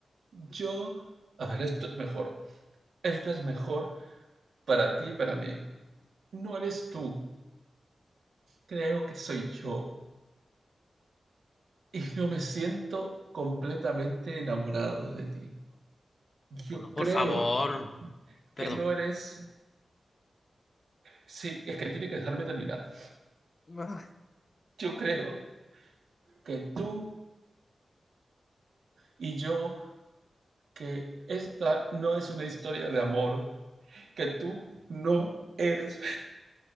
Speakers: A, on the right (about 85°); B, on the left (about 35°).
A: yo, a ver, esto es mejor. Esto es mejor para ti y para mí. No eres tú, creo que soy yo. Y no me siento completamente enamorado de ti. Yo
B: Pablo,
A: creo
B: por favor. Perdón.
A: que no eres... Sí, es que tiene que dejarme terminar.
B: Ay,
A: Yo creo que tú y yo, que esta no es una historia de amor, que tú no eres